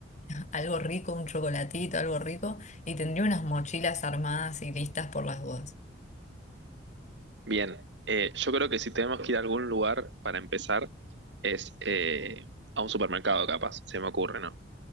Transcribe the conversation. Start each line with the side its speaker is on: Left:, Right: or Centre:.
Left: <laughs> algo rico, un chocolatito, algo rico, y tendría unas mochilas armadas y listas por las dudas.
Right: Bien, eh, yo creo que si tenemos que ir a algún lugar para empezar, es eh, a un supermercado, capaz, se me ocurre, ¿no?